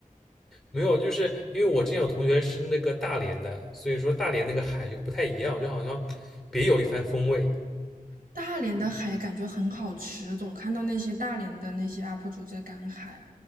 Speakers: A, in the centre; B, on the right (about 90°).
A: 没有，就是因为我之前有同学是那个大连的，所以说大连那个海就不太一样，就好像别有一番风味。
B: 大连的海感觉很好吃，总看到那些大连的那些 UP 主在赶海。